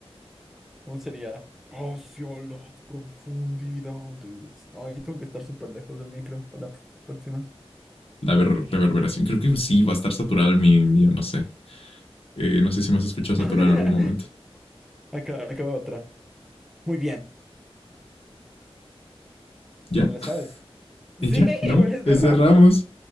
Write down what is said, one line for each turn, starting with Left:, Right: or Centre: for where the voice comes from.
Centre: ¿Cómo sería? Hacia las profundidades. No, ahí tengo que estar súper lejos del micro para la próxima.
Left: La ver- reverberación. Creo que sí, va a estar saturado el mi mío, no sé. Eh, no sé si me has escuchado saturado
Centre: <laughs>
Left: en algún momento.
Centre: Acá, acá va otra. Muy bien,
Left: ¿Ya?
Centre: ¿te la sabes?
Left: <laughs>
Centre: Sí,
Left: ¿Y ya?
Centre: <laughs>
Left: No.
Centre: igual es de
Left: Cerramos.
Centre: Ramos.